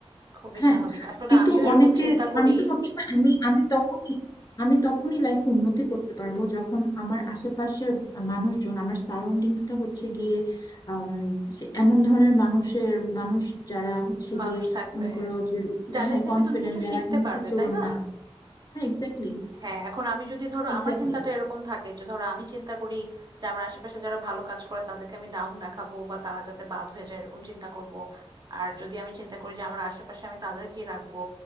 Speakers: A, on the right; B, on the left.
A: খুবই
B: হ্যাঁ
A: স্বাভাবিক আসলে
B: কিন্তু
A: আমিও এরকম
B: অনেকে
A: চিন্তা করি
B: আমি তো সবসময় আমি আমি তখনই আমি তখনই লাইফে উন্নতি করতে পারবো যখন আমার আশেপাশের মানুষজন আমার সারাউন্ডিংসটা হচ্ছে গিয়ে আম, সে- এমন ধরনের মানুষের মানুষ যারা হচ্ছে
A: মানুষ
B: গিয়ে
A: থাকবে
B: মনে করো যে
A: যাদের
B: হ্যাঁ
A: থেকে
B: কনফিডেন্ট
A: তুমি কিছু
B: যারা
A: শিখতে
B: ইনসিকিউর
A: পারবে তাই না
B: না হ্যাঁ এক্স্যাক্টলি
A: হ্যাঁ এখন আমি যদি ধরো
B: এক্স্যাক্টলি
A: আমার চিন্তাটা এরকম থাকে যে ধরো আমি চিন্তা করি যে আমার আশেপাশে যারা ভালো কাজ করে তাদেরকে আমি ডাউন দেখাবো বা তারা যাতে বাদ হয়ে যায় এরকম চিন্তা করব আর যদি আমি চিন্তা করি যে আমার আশেপাশে আমি তাদেরকেই রাখবো